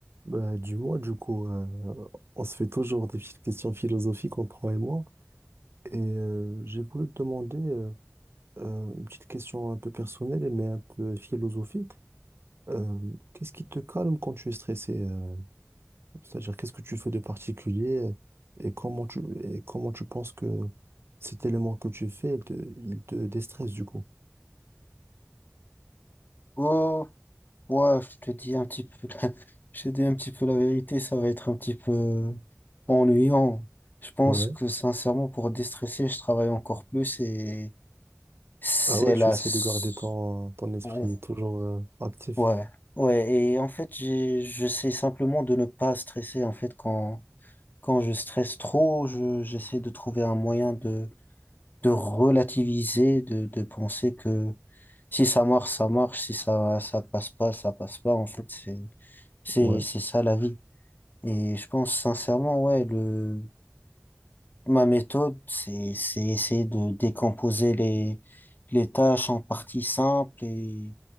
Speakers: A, on the right; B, on the left.
A: Bah, du moins, du coup, euh, on se fait toujours des petites questions philosophiques entre toi et moi. Et euh, j'ai voulu te demander euh, euh, une petite question un peu personnelle, mais un peu philosophique. Euh, qu'est-ce qui te calme quand tu es stressé? euh, c'est-à-dire, qu'est-ce que tu fais de particulier euh, et comment tu, et comment tu penses que cet élément que tu fais, il te, il te déstresse du coup?
B: Oh, ouais, je te dis un petit peu la... <laughs> je te dis un petit peu la vérité, ça va être un petit peu ennuyant. Je pense
A: Ouais.
B: que sincèrement, pour déstresser, je travaille encore plus et c'est
A: Ah ouais, tu
B: la...
A: essaies
B: s-
A: de garder ton, ton esprit
B: Ouh,
A: toujours euh, actif.
B: Ouais, ouais, et en fait, j'ai- j'essaie simplement de ne pas stresser. En fait, quand, quand je stresse trop, je, j'essaie de trouver un moyen de, de relativiser, de, de penser que si ça marche, ça marche, si ça, ça passe pas, ça passe pas. En fait, c'est C'est,
A: Ouais,
B: c'est ça la vie. Et je pense sincèrement, ouais, le, ma méthode, c'est, c'est essayer de décomposer les, les tâches en parties simples et